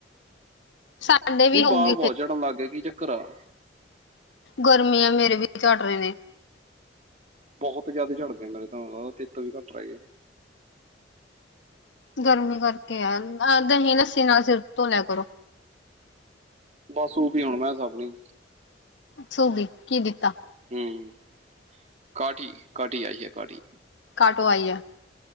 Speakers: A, on the left (about 80°); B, on the right (about 40°).
A: ਸਾਡੇ ਵੀ
B: ਨੀ
A: ਹੋਊਗੀ
B: ਬਾਲ ਬਹੁਤ ਚੜਨ ਲੱਗ ਗਏ ਕੀ ਚੱਕਰ ਆ।
A: ਗਰਮੀਆਂ ਮੇਰੇ ਵੀ ਝੜ ਰਹੇ ਨੇ।
B: ਬਹੁਤ ਜਿਆਦਾ ਝੜ ਗਏ ਮੇਰੇ ਤੇਰੇ ਤੋ ਵੀ ਘੱਟ ਰਹਿਗੇ।
A: ਗਰਮੀ ਕਰਕੇ ਆ ਦਹੀਂ ਲੱਸੀ ਨਾਲ ਸਿਰ ਧੋ ਲਿਆ ਕਰੋ।
B: ਬਸ ਉਹ ਵੀ ਹੁਣ ਮੈਂ ਸਭਣੀ।
A: ਸੂਗੀ ਕੀ ਦਿੱਤਾ।
B: ਹਮ ਕਾਠੀ ਕਾਠੀ ਆਈ ਹੈ ਕਾਠੀ।
A: ਪਾਟੋ ਆਈ ਹੈ।